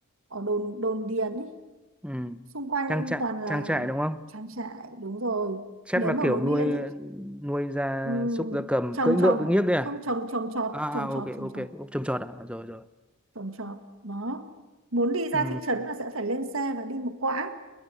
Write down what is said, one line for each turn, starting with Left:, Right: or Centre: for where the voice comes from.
Right: ở đồn đồn điền ấy
Centre: ừ
Right: xung quanh
Centre: trang trại
Right: toàn là
Centre: trang trại đúng không
Right: trang trại đúng rồi
Centre: chắc
Right: nếu
Centre: là
Right: mà
Centre: kiểu
Right: muốn
Centre: nuôi
Right: đi lên thị
Centre: nuôi gia
Right: ừ,
Centre: súc gia cầm
Right: trồng
Centre: cưỡi ngựa
Right: trồng
Centre: cưỡi nghiếc đấy à
Right: không trồng trồng trọt
Centre: à à,
Right: trồng
Centre: ok
Right: trọt trồng
Centre: ok
Right: trọt
Centre: Ốc trông trọt à rồi rồi
Right: trồng trọt đó muốn đi ra
Centre: ừ
Right: thị trấn là sẽ phải lên xe và đi một quãng